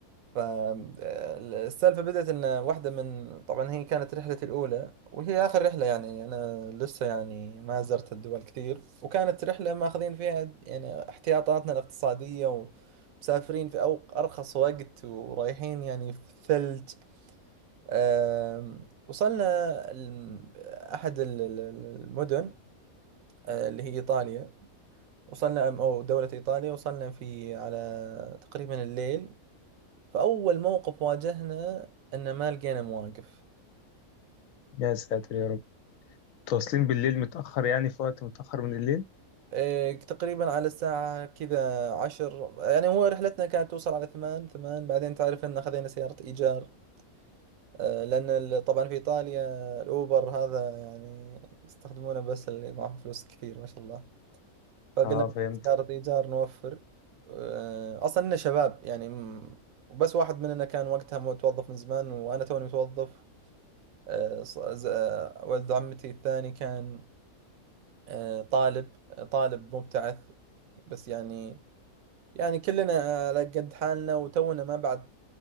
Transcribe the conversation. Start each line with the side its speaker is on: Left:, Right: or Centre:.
Right: فالسالفة بدأت إن واحدة من طبعا هي كانت رحلتي الأولى وهي آخر رحلة يعني أنا لسه يعني ما زرت الدول كثير وكانت رحلة ماخذين فيها يعني احتياطاتنا الاقتصادية ومسافرين في أو أرخص وقت ورايحين يعني في الثلج آم، وصلنا الم- أحد ال- ال- ال- المدن آه، اللي هي إيطاليا وصلنا أم- أو دولة إيطاليا وصلنا في على تقريبا الليل فأول موقف واجهنا أن ما لقينا مواقف
Left: يا ساتر يا رب تواصلين بالليل متاخر يعني في وقت متاخر من الليل
Right: آه، تقريبا على الساعة كذا عشر يعني هو رحلتنا كانت توصل على ثمان ثمان بعدين تعرف أن خذينا سيارة إيجار آه، لأن ال- طبعا في إيطاليا الأوبر هذا يعني يستخدمونه بس اللي معهم فلوس كثير ما شاء الله فقلنا
Left: اه فهمت
Right: سيارة إيجار نوفر آه، أصلا إننا شباب يعني م- وبس واحد مننا كان وقتها متوظف من زمان وأنا توني متوظف آه، ص- ز- آه، ولد عمتي الثاني كان آه، طالب آه، طالب مبتعث بس يعني يعني كلنا آه، على قد حالنا وتونا ما بعد